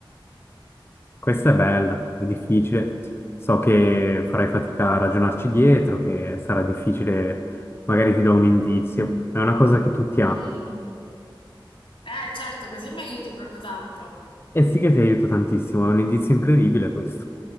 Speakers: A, on the left; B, on the left.
A: questa è bella, è difficile. So che farai fatica a ragionarci dietro, che sarà difficile, magari ti do un indizio. È una cosa che tutti
B: mm.
A: Mm. hanno.
B: Eh, certo, così mi aiuti proprio tanto.
A: E sì che ti aiuto tantissimo, è un indizio incredibile questo.